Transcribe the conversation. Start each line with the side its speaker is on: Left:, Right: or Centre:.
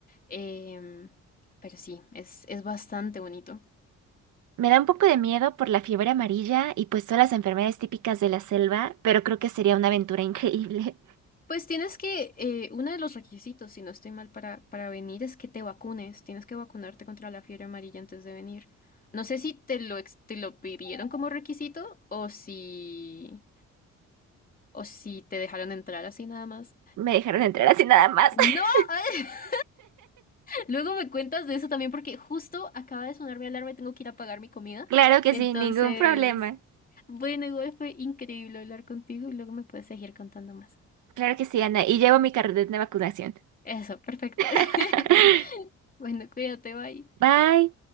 Left: Em, pero sí, es, es bastante bonito.
Right: Me da un poco de miedo por la fiebre amarilla y pues todas las enfermedades típicas de la selva, pero creo que sería una aventura increíble.
Left: Pues tienes que, eh, uno de los requisitos, si no estoy mal, para, para venir es que te vacunes. Tienes que vacunarte contra la fiebre amarilla antes de venir. No sé si te lo, ex- te lo pidieron como requisito o si, o si te dejaron entrar así nada más.
Right: <laughs> Me dejaron entrar así nada más.
Left: No,
Right: <laughs>
Left: <laughs> luego me cuentas de eso también porque justo acaba de sonar mi alarma y tengo que ir a pagar mi comida.
Right: Claro que
Left: Entonces,
Right: sí, ningún problema.
Left: bueno, igual fue increíble hablar contigo y luego me puedes seguir contando más.
Right: Claro que sí, Ana. Y llevo mi carnet de vacunación.
Left: Eso, perfecto.
Right: <laughs>
Left: <laughs> Bueno, cuídate, bye.
Right: Bye.